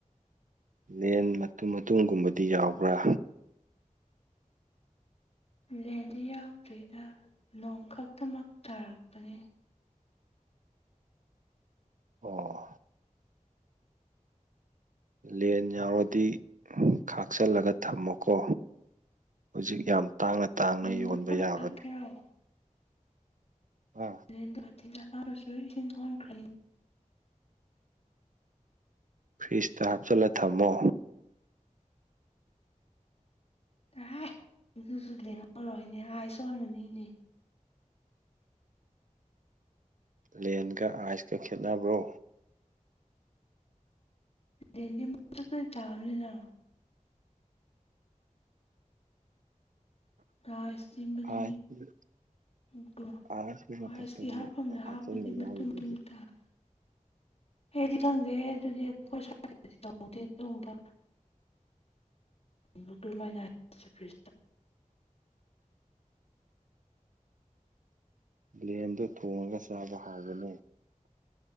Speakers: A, on the right; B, on the left.
A: ꯂꯦꯟ ꯃꯇꯨꯝ ꯃꯇꯨꯝꯒꯨꯝꯕꯗꯤ ꯌꯥꯎꯕ꯭ꯔꯥ
B: ꯂꯦꯟꯗꯤ ꯌꯥꯎꯗ꯭ꯔꯤꯗ ꯅꯣꯡ ꯈꯛꯇꯃꯛ ꯇꯥꯔꯛꯄꯅꯤ
A: ꯑꯣ ꯂꯦꯟ ꯌꯥꯎꯔꯗꯤ ꯈꯥꯛꯆꯜꯂꯒ ꯊꯝꯃꯣꯀꯣ ꯍꯧꯖꯤꯛ ꯌꯥꯝ ꯇꯥꯡꯅ ꯇꯥꯡꯅ
B: ꯂꯦꯟꯗꯣ
A: ꯌꯣꯟꯕ
B: ꯀꯟꯅ
A: ꯌꯥꯕꯅꯤ
B: ꯍꯥꯞꯀꯦꯔꯣ
A: ꯎꯝ
B: ꯂꯦꯟꯗꯣ ꯑꯇꯤꯌꯥ ꯗ ꯏꯁꯤꯡ ꯀꯥꯎꯈ꯭ꯔ
A: ꯐ꯭ꯔꯤꯖꯇ ꯍꯥꯞꯆꯤꯜꯂ ꯊꯝꯃꯣ
B: ꯇꯥꯏ ꯑꯗꯨꯁꯨ ꯂꯦꯡꯍꯧꯔꯣꯏ ꯏꯅꯦ ꯑꯥꯏ ꯁꯣꯟꯕꯅꯤ ꯏꯅꯦ
A: ꯄꯂꯦꯟꯒ ꯑꯥꯏꯁꯀ ꯈꯦꯠꯅꯕ꯭ꯔꯣ
B: ꯗꯗꯤ ꯃ ꯀ ꯇꯥꯕꯅꯤꯅ ꯔꯥꯏꯁꯇ
A: ꯑꯥꯏꯁ
B: ꯎꯣ
A: ꯑꯥꯏꯁꯀꯤ ꯃꯊꯛꯇꯒꯤ
B: ꯑꯥꯏꯁꯇꯤ ꯍꯥꯞꯐꯝꯗ꯭ꯔ
A: ꯍꯥꯞꯆꯟꯕ
B: ꯍꯥꯞꯄꯗꯤ ꯃꯇꯨꯡ
A: ꯌꯥꯎꯔꯤꯗꯨꯗꯤ
B: ꯇꯨꯝ ꯇꯥꯔ ꯑꯩꯗꯤ ꯈꯪꯗꯦ ꯑꯗꯨꯗꯤ ꯑꯩꯈꯣꯏ ꯁꯗꯤ ꯇꯧꯍꯧꯗꯦ ꯑꯗꯨꯒꯨꯝꯕ ꯕꯨ ꯀꯔꯝꯃꯥꯏꯅ ꯍꯥꯏ
A: ꯂꯕꯦꯟꯗꯣ ꯊꯣꯡꯉꯒ ꯆꯥꯕ ꯍꯥꯎꯕꯅꯦ